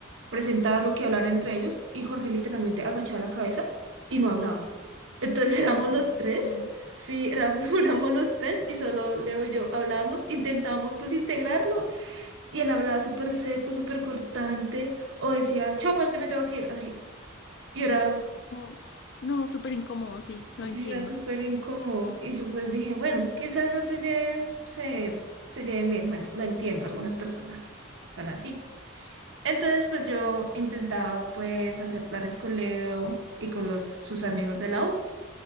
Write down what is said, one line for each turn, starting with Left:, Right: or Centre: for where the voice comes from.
Right: presentar lo que hablar entre ellos y Jorge literalmente agachaba la cabeza y no hablaba. Entonces <laughs> éramos
Left: Ay, no.
Right: los tres, sí, éramos, <laughs> éramos los tres y solo Leo y yo hablábamos, intentábamos pues integrarlo y él hablaba súper seco, súper cortante o decía, chao, parce, me tengo que ir, así. Y era
Left: No, no, súper incómodo, sí, lo
Right: Sí,
Left: entiendo.
Right: era súper incómodo. Y yo pues dije, bueno, quizás no se lleven, se, se lleven bien. Bueno, lo entiendo, algunas personas son así. Entonces, pues yo intentaba pues hacer planes con Leo y con los, sus amigos de la U.